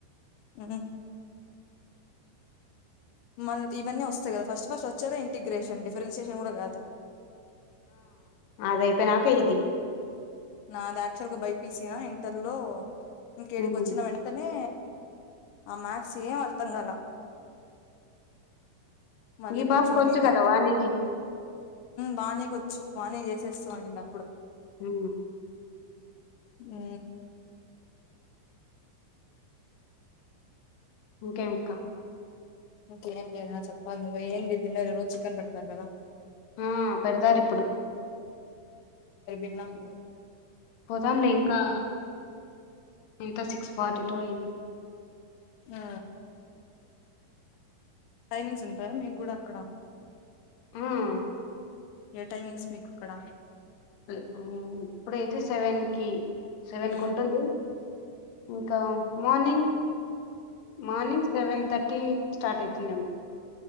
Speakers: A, on the left; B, on the left.
A: ఆ మల్ ఇవన్నీ వస్తాయి కదా ఫస్ట్ ఫస్ట్ వచ్చేద ఇంటిగ్రేషన్ డిఫరెన్షియషన్ కూడా కాదు
B: అదైపోయినాకిది
A: నాది యాక్చువల్ గా బైపీసనా ఇంటర్ లో ఇంకేడికిొచ్చిన
B: ఉమ్,
A: వెంటనే ఆ మత్సమార్థం గాలా మళ్ళీ
B: ఈ పాపకు
A: కూర్చుని
B: వచ్చు
A: దాంట్లో
B: కదా వాణికి
A: బానే కూచు వానీ జేసేస్తాండి అప్పుడు
B: ఉ
A: అ
B: ఇంకేంకా
A: ఇంకే లే నా చప్పాలు ఏందంది దిన రోజ్ చికెన్ బడతారు కదా
B: ఆ పెడతారు ఇప్పుడు
A: ఎ
B: పోదాంలే ఇంకా ఎంత సిక్స్ ఫార్టీ టు అయ్యింది
A: ఆ టైమింగ్ మీగ్గూడా అక్కడ
B: ఆ ఉమ్,
A: ఏ టైమింగ్స్ మీకు అక్కడ
B: హు ఇప్పుడైతే సెవెన్ కి సెవెన్
A: మ్మ్
B: కు ఉంటుంది ఇంకా morning morning seven thirty start అయితుందమో